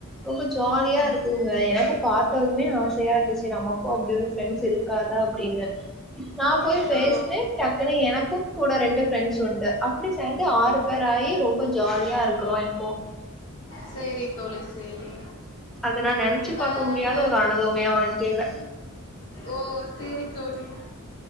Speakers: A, in the centre; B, on the left.
A: ரொம்ப ஜாலியா
B: அ
A: இருக்குங்க எனக்கு பார்த்ததுமே ஆசையா இருந்துச்சு நமக்கு அப்படி ஒரு ஃப்ரெண்ட்ஸ் இருக்காதா அப்படின்னு நா போய் பேசுனே
B: ஓ
A: டக்குனு எனக்கு கூட ரெண்டு ஃரெண்ட்ஸ் உண்டு அ அப்படி சேந்து
B: ஓ
A: ஆறு பேர் ஆயி ரொம்ப ஜாலியா இருக்குறோ இப்போ
B: சேரி தோழி சேரி
A: அது நா நெனைச்சு
B: வேற
A: பாக்க முடியாத ஒரு அனுபவமே வாழ்க்கேல
B: ஓ சேரி தோழி